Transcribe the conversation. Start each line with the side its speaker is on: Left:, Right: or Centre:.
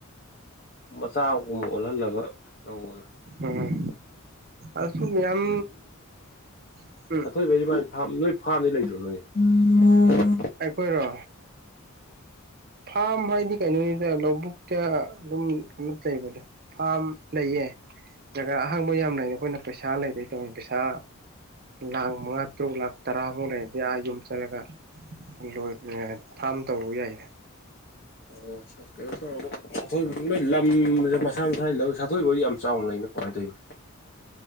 Left: ꯃꯆꯥꯒꯨꯝꯕ ꯑꯣꯜꯍꯜꯂꯕ ꯇꯧꯕꯗꯣ
Right: ꯎꯝ ꯑꯁꯨ ꯌꯥꯝ ꯎꯝ
Left: ꯆꯠꯊꯣꯏꯕꯩꯗꯤ ꯃꯥꯏ ꯐꯥꯝ ꯅꯣꯏ ꯐꯥꯔꯝꯗꯤ ꯂꯩꯇ꯭ꯔꯣ ꯅꯣꯏꯅꯦ
Right: ꯑꯩꯈꯣꯏꯔꯣ ꯐꯥꯔꯝ ꯍꯥꯏꯗꯤ ꯀꯩꯅꯣꯅꯤꯗ ꯂꯧꯕꯨꯛꯇ ꯑꯗꯨꯝ ꯀꯩꯅꯣ ꯂꯩꯕꯗꯣ ꯐꯥꯝ ꯂꯩꯌꯦ ꯖꯒꯥ ꯑꯍꯪꯕ ꯌꯥꯝ ꯂꯩꯅ ꯑꯩꯈꯣꯏꯅ ꯄꯩꯁꯥ ꯂꯩꯇꯣꯏ ꯇꯧꯅꯤ ꯄꯩꯁꯥ ꯂꯥꯛꯈ ꯃꯉꯥ ꯇꯔꯨꯛ ꯂꯥꯛ ꯇꯔꯥꯃꯨꯛ ꯂꯩꯗꯤ ꯑꯥ ꯌꯨꯝꯁꯤꯜꯂꯒ ꯂꯣꯏ ꯐꯥꯝ ꯇꯧꯕ ꯌꯥꯏ
Left: ꯑꯣ ꯀꯩꯅꯣ ꯇꯧꯔꯒꯊ ꯅꯣꯏ ꯂꯝꯁꯦ ꯃꯊꯥ ꯃꯊꯥꯏ ꯂꯧ ꯁ ꯁꯥꯊꯣꯏꯕꯕꯨ ꯌꯥꯝ ꯆꯥꯎꯅ ꯀꯃꯥꯏꯅ ꯇꯧꯅꯣ